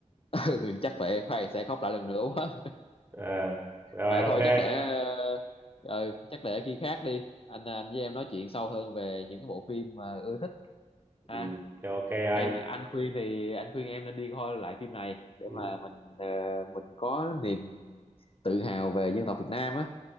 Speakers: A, on the left; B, on the right.
A: <laughs> Ừ, chắc phải phải sẽ khóc lại lần nữa quá
B: à, rồi
A: mà thôi
B: ok
A: chắc để ờ, ờ, chắc để khi khác đi anh anh với em nói chuyện sâu hơn về những cái bộ phim mà ưa thích ha
B: ừ rồi ok anh
A: em anh khuyên thì anh khuyên em nên đi coi lại phim này để
B: Ừ.
A: mà mình ờ, mình có niềm tự hào về dân tộc Việt Nam á